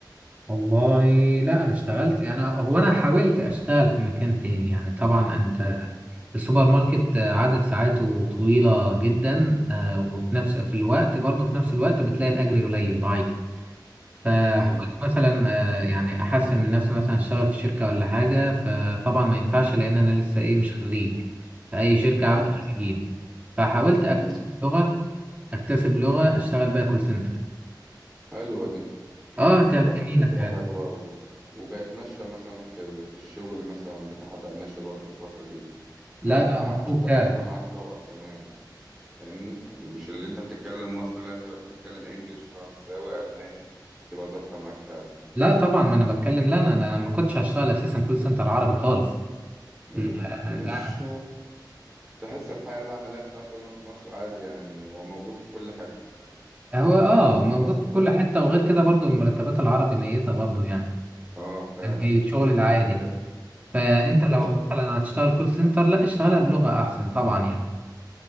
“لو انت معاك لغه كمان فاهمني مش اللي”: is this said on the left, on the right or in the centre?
Centre